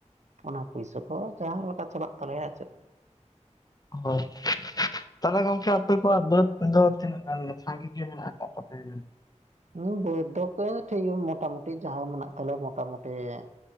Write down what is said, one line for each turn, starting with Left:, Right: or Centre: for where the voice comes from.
Right: ᱚᱱᱟ ᱯᱩᱭᱥᱟᱹ ᱠᱚ ᱡᱟᱦᱟᱸ ᱞᱮᱠᱟ ᱪᱟᱞᱟᱜ ᱛᱟᱞᱮᱭᱟ ᱪᱮᱫ
Left: ᱦᱳᱭ ᱛᱟᱦᱞᱮ ᱜᱚᱝᱠᱮ ᱟᱯᱮ ᱠᱚᱣᱟᱜ ᱵᱟᱹᱫᱽ ᱫᱚ ᱛᱤᱱᱟᱹᱜ ᱜᱟᱱ ᱥᱟᱸᱜᱮ ᱜᱮ ᱢᱮᱱᱟᱜ ᱟᱠᱟᱫ ᱛᱟᱯᱮᱭᱟ ᱡᱟᱹᱱᱤᱡ
Right: ᱦᱮᱸ, ᱵᱟᱹᱫᱽ ᱫᱚ ᱠᱚ ᱴᱷᱤᱠ ᱜᱮᱭᱟ ᱢᱚᱴᱟᱢᱩᱴᱤ ᱡᱟᱦᱟᱸ ᱢᱮᱱᱟᱜ ᱛᱟᱞᱮᱭᱟ ᱢᱚᱴᱟᱢᱩᱴᱤ ᱾